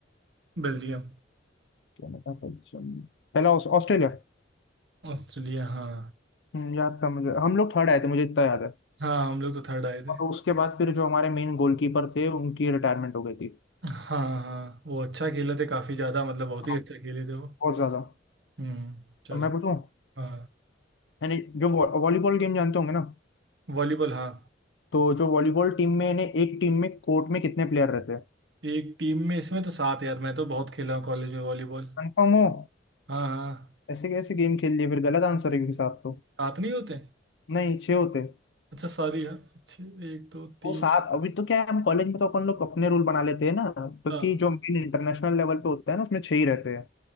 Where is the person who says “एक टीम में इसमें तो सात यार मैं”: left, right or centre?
Right